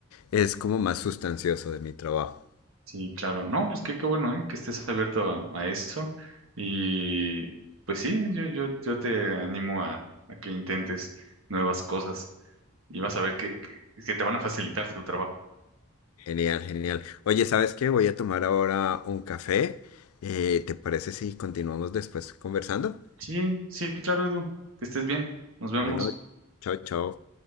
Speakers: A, on the left; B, on the right.
A: es como más sustancioso de mi trabajo.
B: Sí, claro. No, pues qué, qué bueno, ¿eh? Que estés abierto a, a eso. Y pues sí, yo, yo, yo te animo a, a que intentes nuevas cosas y vas a ver que, que, que te van a facilitar tu trabajo.
A: Genial, genial. Oye, ¿sabes qué? Voy a tomar ahora un café. Eh, ¿te parece si continuamos después conversando?
B: Sí, sí, claro, Edu. Que estés bien. Nos vemos.
A: Bueno, chao, chao.